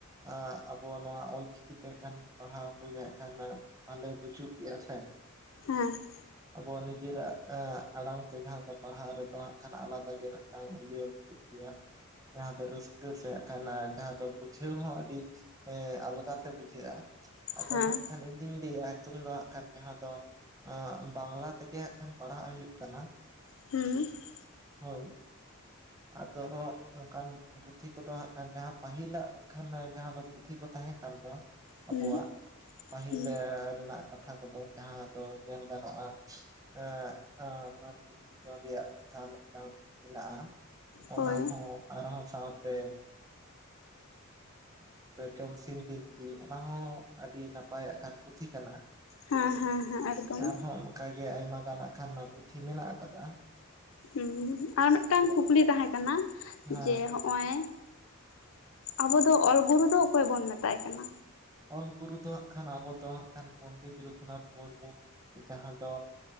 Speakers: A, on the right; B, on the left.
A: ᱮᱸ ᱟᱵᱚ ᱱᱚᱣᱟ ᱚᱞᱪᱤᱠᱤ ᱛᱮ ᱢᱤᱫᱴᱮᱱ ᱯᱟᱲᱦᱟᱣ ᱵᱚᱞᱮ ᱵᱟᱞᱮ <unintelligible>
B: ᱦᱮᱸ ᱾
A: ᱟᱵᱚᱣᱟᱜ ᱱᱤᱡᱮᱨᱟᱜ ᱟᱲᱟᱝ ᱛᱮ ᱡᱟᱦᱟᱸ ᱫᱚ ᱯᱟᱲᱦᱟᱜ ᱨᱮ ᱟᱫᱚ ᱦᱟᱜ ᱠᱷᱟᱱ ᱟᱞᱟᱫᱟ ᱜᱮ ᱢᱤᱫᱴᱟᱝ ᱤᱭᱟᱹ ᱵᱩᱡᱩᱜ ᱜᱮᱭᱟ, ᱡᱟᱦᱟᱸ ᱫᱚ ᱨᱟᱹᱥᱠᱟᱹ ᱥᱮ ᱟᱠᱷᱟᱱ ᱡᱟᱦᱟᱸ ᱫᱚ ᱵᱩᱡᱷᱟᱹᱣ ᱦᱚᱸ ᱟᱹᱰᱤ ᱦᱮᱸ ᱟᱞᱜᱟᱛᱮ ᱵᱩᱡᱷᱟᱹᱜᱼᱟ ᱟᱫᱚ
B: ᱦᱮᱸ
A: ᱦᱟᱸᱜ ᱠᱷᱟᱱ ᱤᱧᱫᱩᱧ ᱞᱟᱹᱭᱟ ᱧᱩᱛᱩᱢ ᱫᱚ ᱦᱟᱸᱜ ᱠᱷᱟᱱ ᱡᱟᱦᱟᱸ ᱫᱚ ᱵᱟᱜᱞᱟ ᱛᱮᱜᱮ ᱦᱟᱸᱜ ᱠᱷᱟᱱ ᱯᱟᱲᱦᱟᱜ ᱦᱩᱭᱩᱜ ᱠᱟᱱᱟ ᱾
B: ᱦᱩᱸ ᱾
A: ᱦᱳᱭ᱾ ᱟᱫᱚ ᱦᱚᱸ ᱚᱱᱠᱟᱱ ᱯᱩᱛᱷᱤ ᱠᱚᱫᱚ ᱦᱟᱸᱜ ᱠᱷᱟᱱ ᱡᱟᱦᱟᱸ ᱯᱟᱹᱦᱤᱞᱟᱜ ᱠᱷᱟᱱ ᱡᱟᱦᱟᱸ ᱫᱚ ᱯᱩᱛᱷᱤ ᱠᱚ ᱛᱟᱦᱮᱸ ᱠᱟᱱ ᱫᱚ
B: ᱦᱩᱸ
A: ᱟᱵᱚᱣᱟᱜ, ᱯᱟᱹᱦᱤᱞ
B: ᱦᱩᱸ
A: ᱨᱮᱱᱟᱜ ᱠᱟᱛᱷᱟ ᱠᱚᱫᱚ ᱡᱟᱦᱟᱸ ᱫᱚ ᱧᱮᱞ ᱜᱟᱱᱚᱜᱼᱟ ᱾ ᱮ ᱢᱟᱹᱱᱢᱤ ᱥᱤᱨᱡᱚᱱ ᱨᱮᱭᱟᱜ ᱠᱟᱛᱷᱟ ᱢᱤᱫᱴᱟᱝ ᱢᱮᱱᱟᱜᱼᱟ ᱾
B: ᱦᱳᱭ
A: ᱚᱱᱟ ᱦᱚᱸ ᱟᱨᱦᱚᱸ ᱥᱟᱶᱛᱮ ᱡᱚᱢᱥᱤᱢ ᱵᱤᱱᱛᱤ ᱚᱱᱟ ᱦᱚᱸ ᱟᱹᱰᱤ ᱱᱟᱯᱟᱭᱟᱜ ᱠᱷᱟᱱ ᱯᱩᱛᱷᱤ ᱠᱟᱱᱟ ᱾
B: ᱦᱮᱸ ᱦᱮᱸ ᱦᱮᱸ ᱮᱠᱫᱚᱢ
A: ᱟᱨᱦᱚᱸ ᱚᱱᱠᱟ ᱜᱮ ᱟᱭᱢᱟ ᱜᱱᱟ ᱦᱟᱸᱜ ᱠᱷᱟᱱ ᱯᱩᱛᱷᱤ ᱢᱮᱱᱟᱜ ᱟᱠᱟᱫᱟ ᱾
B: ᱦᱩᱸ ᱟᱨ ᱢᱤᱫᱴᱟᱝ ᱠᱩᱠᱞᱤ ᱛᱟᱦᱮᱸ ᱠᱟᱱᱟ
A: ᱦᱮᱸ
B: ᱡᱮ ᱱᱚᱜᱼᱚᱭ ᱟᱵᱚ ᱫᱚ ᱚᱞ ᱜᱩᱨᱩ ᱫᱚ ᱚᱠᱚᱭ ᱵᱚᱱ ᱢᱮᱛᱟᱭ ᱠᱟᱱᱟ?
A: ᱚᱞ ᱜᱩᱨᱩ ᱫᱚ ᱦᱟᱸᱜ ᱠᱷᱟᱱ ᱟᱵᱚ ᱫᱚ ᱦᱟᱸᱜ ᱠᱷᱟᱱ ᱯᱚᱱᱰᱤᱛ ᱨᱚᱜᱷᱩᱱᱟᱛᱷ ᱢᱩᱨᱢᱩ ᱡᱟᱦᱟᱸ ᱫᱚ